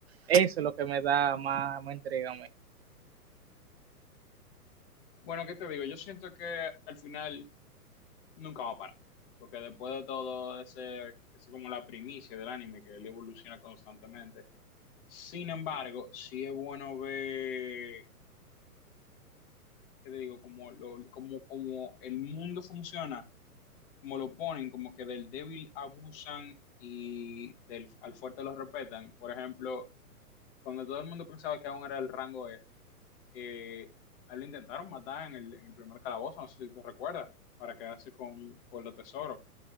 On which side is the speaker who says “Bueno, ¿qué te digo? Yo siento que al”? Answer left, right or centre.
Left